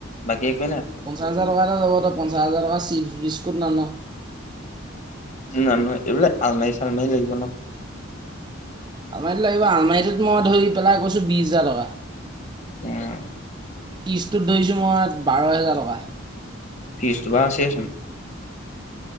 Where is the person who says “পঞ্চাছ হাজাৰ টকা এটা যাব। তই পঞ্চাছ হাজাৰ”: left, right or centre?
Right